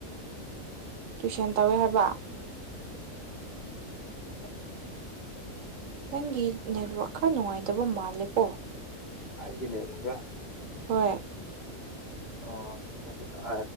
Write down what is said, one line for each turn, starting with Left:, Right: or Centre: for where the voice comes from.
Right: ꯇꯨꯏꯁꯟ ꯇꯧꯋꯦ ꯍꯥꯏꯕ
Left: <inaudible>
Right: ꯅꯪꯒꯤ ꯅꯦꯠꯋꯥꯛ ꯈꯔ ꯅꯨꯡꯉꯥꯏꯇꯕ ꯃꯥꯜꯂꯦ ꯀꯣ
Left: ꯑꯩꯒꯤ ꯅꯦꯠꯋꯥꯛꯔꯥ
Right: ꯍꯣꯏ
Left: ꯑꯣ ꯍꯧꯖꯤꯛ ꯑ